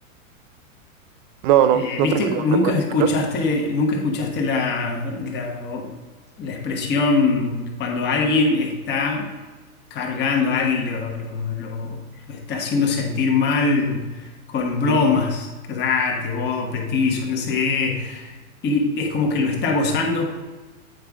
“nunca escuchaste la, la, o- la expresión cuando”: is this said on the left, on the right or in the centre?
Left